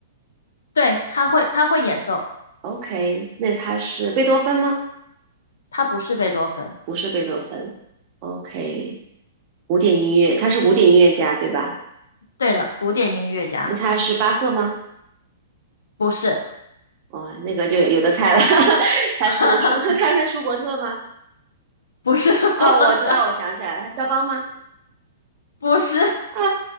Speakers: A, on the left; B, on the right.
A: 对，他会他会演奏，
B: ？OK。那他是贝多芬吗？
A: 他不是贝多芬。
B: 不是贝多芬，OK。古典音乐，他是古典音乐家，对吧？
A: 对的，古典音乐家
B: 那他是巴赫吗？
A: 不是，
B: 哇、那个就有有的猜了，<laughs> 他是舒
A: <laughs>
B: <laughs>，他是舒伯特吗？
A: 不是说我的，
B: 啊、我知道，我想起来了，他肖邦吗？
A: 不是
B: 啊，